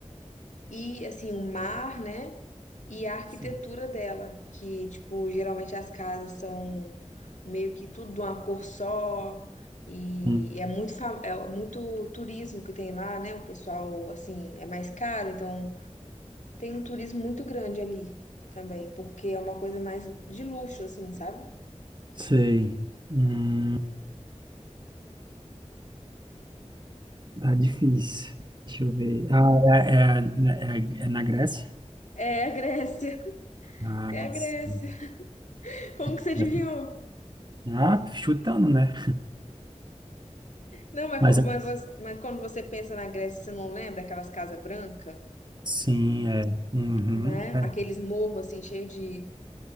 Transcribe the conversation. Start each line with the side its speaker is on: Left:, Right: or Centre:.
Left: e assim o mar, né? E a arquitetura
Right: sim.
Left: dela, que tipo geralmente as casas são meio que tudo de uma cor só e
Right: Hum,
Left: é muito fa- é muito turismo que tem lá, né? O pessoal assim é mais caro, então tem um turismo muito grande ali também, porque é uma coisa mais de luxo assim, sabe?
Right: sei. Hum, tá difícil. Deixa eu ver. Ah, é, é, é, é na Grécia?
Left: É a Grécia, <laughs>
Right: Ah,
Left: é a Grécia.
Right: sim.
Left: Como
Right: é,
Left: que você adivinhou?
Right: Ah, chutando, né?
Left: Não, mas,
Right: Mas
Left: co-
Right: é-
Left: mas, você- mas quando você pensa na Grécia, você não lembra aquelas casas brancas?
Right: sim, é. Uhum,
Left: né?
Right: é.
Left: Aqueles morros assim cheios de